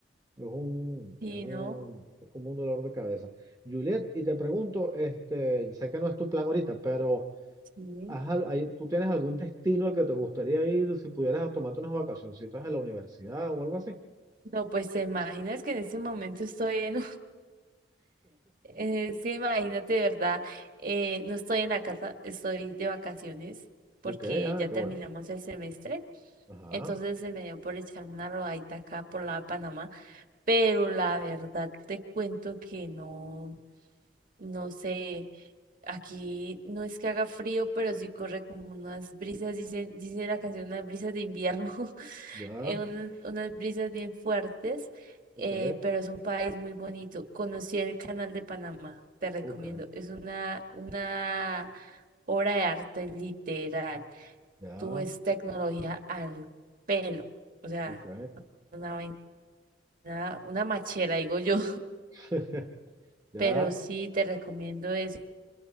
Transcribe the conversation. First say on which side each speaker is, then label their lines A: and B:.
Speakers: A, on the right (about 20°); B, on the right (about 50°).
A: Es un,
B: y
A: es un,
B: no?
A: es como un dolor de cabeza. Juliet, y te pregunto, este, sé que no es tu plan ahorita, pero
B: Sí.
A: haz al- hay- ¿tú tienes algún destino al que te gustaría ir si pudieras tomarte unas vacacioncitas en la universidad o algo así?
B: No, pues te imaginas que en este momento estoy en Es que imagínate, de ¿verdad? eh, no estoy en la casa, estoy de vacaciones porque
A: Ok, ya,
B: ya
A: qué
B: terminamos
A: bueno.
B: el semestre.
A: Ajá,
B: Entonces se me dio por echarme una rodadita acá por la Panamá, pero la verdad te cuento que no, no sé, aquí no es que haga frío, pero sí corre como unas brisas, dice, dice la canción, unas brisas de invierno. <laughs>
A: ya,
B: eh, unas, unas brisas bien fuertes,
A: ok,
B: eh, pero es un país muy bonito. Conocí el Canal de Panamá, te recomiendo.
A: ok,
B: Es una, una obra de arte literal.
A: ya,
B: Tú ves tecnología al pelo, o sea,
A: ok,
B: una vaina, una machera, digo yo.
A: <laughs> ya,
B: Pero sí, te recomiendo eso.